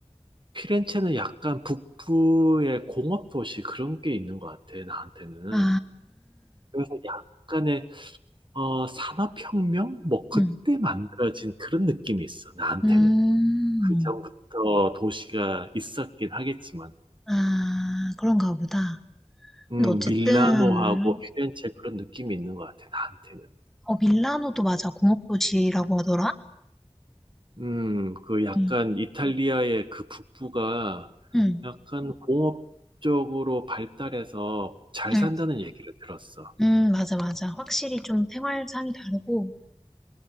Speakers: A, on the right; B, in the centre.
A: 피렌체는 약간 북부의 공업 도시 그런 게 있는 것 같아, 나한테는.
B: 아,
A: 그래서 약간의, 어, 산업혁명? 뭐, 그때
B: 음,
A: 만들어진 그런 느낌이 있어, 나한테는.
B: 음,
A: 그 전부터 도시가 있었긴 하겠지만.
B: 아, 그런가 보다.
A: 음,
B: 근데 어쨌든,
A: 밀라노하고 피렌체 그런 느낌이 있는 것 같아, 나한테는.
B: 어, 밀라노도 맞아. 공업도시라고 하더라?
A: 음, 그 약간
B: 음,
A: 이탈리아의 그 북부가
B: 음,
A: 약간 공업적으로 발달해서 잘
B: 음,
A: 산다는 얘기를 들었어.
B: 음, 맞아, 맞아. 확실히 좀 생활상이 다르고,